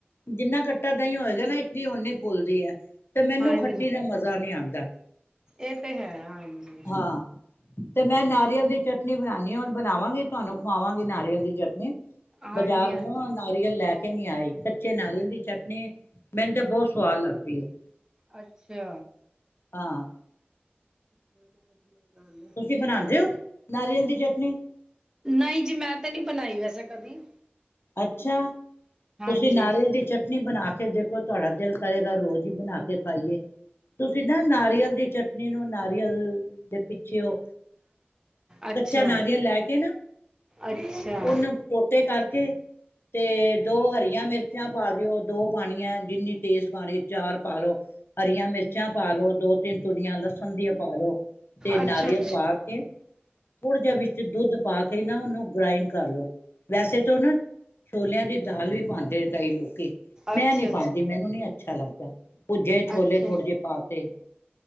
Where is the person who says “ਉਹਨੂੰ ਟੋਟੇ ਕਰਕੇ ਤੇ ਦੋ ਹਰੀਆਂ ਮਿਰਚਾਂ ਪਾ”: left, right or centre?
Left